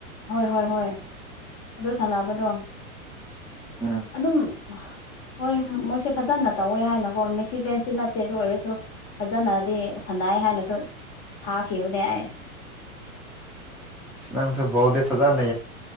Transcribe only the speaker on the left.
ꯍꯣꯏ ꯍꯣꯏ ꯍꯣꯏ ꯑꯗꯨ ꯁꯥꯟꯅꯕꯗꯣ
ꯑꯗꯨꯝ ꯍꯣꯏ ꯃꯣꯏꯁꯦ ꯐꯖꯅ ꯇꯧꯋꯦ ꯍꯥꯏꯅꯀꯣ ꯃꯦꯁꯤ ꯐꯦꯟꯁꯤ ꯅꯠꯇꯦ ꯑꯗꯨ ꯑꯣꯏꯔꯁꯨ ꯐꯖꯅꯗꯤ ꯁꯅꯥꯏ ꯍꯥꯏꯅꯁꯨ ꯊꯥꯈꯤꯕꯅꯦ ꯑꯩ